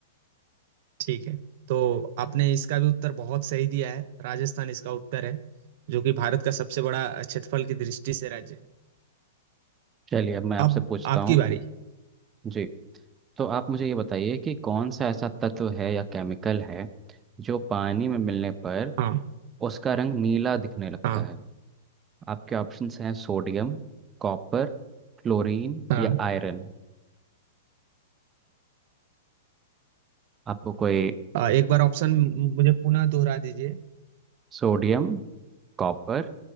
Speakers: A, on the right; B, on the right.
A: ठीक है तो आपने इसका भी उत्तर बहुत सही दिया है राजस्थान इसका उत्तर है जो कि भारत का सबसे बड़ा क्षेत्रफल की दृष्टि से राज्य है
B: चलिए अब मैं आपसे
A: अब
B: पूछता
A: आपकी
B: हूँ
A: बारी
B: जी तो आप मुझे ये बताइए कि कौन सा ऐसा तत्व है या केमिकल है जो पानी में मिलने पर
A: हाँ
B: उसका रंग नीला दिखने लगता
A: हाँ
B: है आपके ऑप्शंस हैं सोडियम कॉपर क्लोरीन
A: हाँ
B: या आयरन आपको कोई
A: आ, एक बार ऑप्शन मुझे पुनः दोहरा दीजिए
B: सोडियम कॉपर